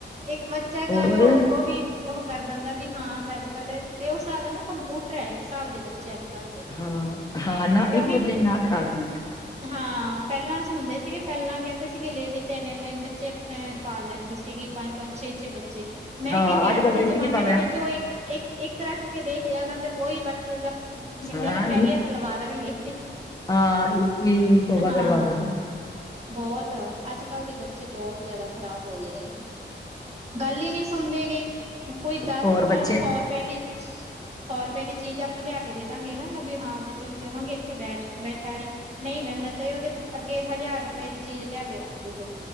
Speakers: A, on the right (about 35°); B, on the left (about 20°).
A: ਇੱਕ ਬੱਚਾ
B: ਹੋਰ
A: ਘਰ ਉਹ ਉਹ ਵੀ ਉਹ ਕਰਦਾ ਹੁੰਦਾ ਵੀ ਹਾਂ ਅੱਜ ਕੱਲ ਇਹ ਹਿਸਾਬ ਦੇ ਨਾ ਕੰਪਿਊਟਰ ਹੈ ਇੱਕ ਹਿਸਾਬ ਦੇ ਬੱਚੇ। ਅੱਜ ਕੱਲ੍ਹ ਦੇ।
B: ਹਾਂ ਹਾਂ ਨਾ
A: ਕਿਉਂਕਿ
B: ਇੱਕ ਵਜੇ ਨਾ ਕਰਾ ਦਿੰਦਾ।
A: ਹਾਂ ਪਹਿਲਾਂ ਅ ਹੁੰਦੇ ਸੀਗੇ ਪਹਿਲਾਂ ਕਹਿੰਦੇ ਸੀਗੇ ਲੇਡੀਜ਼। ਦੇਣੇ ਨੇ ਬੱਚੇ ਪਾਲ ਲੈਂਦੀ ਸੀਗੀ ਪੰਜ ਪੰਜ ਛੇ ਛੇ ਬੱਚੇ। ਮੈਂ
B: ਹਾਂ
A: ਕਹਿੰਨੀ ਆ ਅੱਜ
B: ਕੱਲ
A: ਦੇ
B: ਤਾਂ ਇੱਕ
A: ਜਮਾਨੇ
B: ਨੀ ਪਾਲਿਆ
A: ਦੇ ਵਿੱਚ ਉਹ ਇੱਕ। ਇੱਕ ਇੱਕ ਰੱਖ ਕੇ ਦੇਖ ਲੈਣਾ ਤੇ ਉਹੀ ਬਸ ਕਹਿੰਦੇ
B: ਹਾਂ
A: ਆ ਨਾ ਪੈਰੀ ਹੱਥ ਲਵਾ ਦੇਣਗੇ।
B: ਹਾਂ ਇੱਕ ਹੀ ਤੋਬਾਂ
A: ਹਾਂ
B: ਕਰਵਾ ਦਿੰਦੇ।
A: ਬਹੁਤ ਅੱਜ ਕੱਲ੍ਹ ਦੇ ਬੱਚੇ ਬਹੁਤ ਜਿਆਦਾ ਖ਼ਰਾਬ ਹੋਏ ਹੈ। ਗੱਲ ਹੀ ਨਹੀਂ ਸੁਣਦੇ ਗੇ ਕੋਈ ਦਸ
B: ਹੋਰ
A: ਭਲਾ
B: ਬੱਚੇ
A: ਦੀ ਸੌ ਰੁਪਏ ਦੀ। ਸੌ ਰੁਪਏ ਦੀ ਚੀਜ਼ ਆਪਾਂ ਲਿਆ ਕੇ ਦੇ ਦਾਂਗੇ ਹਨ ਨਾ ਵੀ ਹਾਂ ਬੱਚੇ ਨੂੰ ਕਵਾਂਗੇ ਇੱਥੇ ਬੈਠ ਬੈਠਾ ਰਹੀ। ਨਹੀਂ ਬਹਿੰਦਾ ਚਾਹੇ ਉਹਦੇ ਅੱਗੇ ਹਜ਼ਾਰ ਰੁਪਏ ਦੀ ਚੀਜ਼ ਲਿਆ ਕੇ ਰੱਖ ਦੇਦੋ।